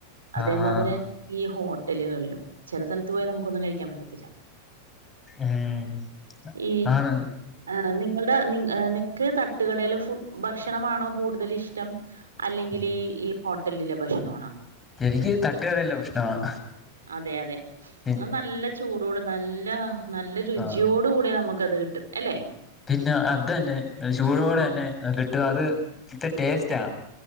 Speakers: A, on the right; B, on the left.
A: അതേമാതിരി
B: ആഹാ
A: ഈ ഹോട്ടലുകളിലും ചില സ്ഥലത്ത് പോയാ നമുക്കൊന്നും കഴിക്കാൻ പറ്റത്തില്ല
B: ഉം
A: ഈ
B: ആണ്
A: ആ നിങ്ങളുടെ നിങ്ങ നി ക്ക് തട്ടുകടയിലെ ഫു ഭക്ഷണമാണോ കൂടുതല് ഇഷ്ടം അല്ലെങ്കില്
B: ഉം
A: ഈ ഹോട്ടലിലെ ഭക്ഷണമാണോ
B: എനിക്ക് തട്ടുകടയിലെ ഭക്ഷണമാണ്
A: അതെ അതെ
B: പി
A: അത് നല്ല ചൂടോടെ നല്ല നല്ല രുചിയോടു
B: ആഹ്
A: കൂടെ നമ ക്കത് കിട്ടും അലെ
B: പിന്നെ അതന്നെ ചൂടോടെന്നെ
A: ഉം
B: കിട്ട്കാ അത് ഇത്ര ടേസ്റ്റാ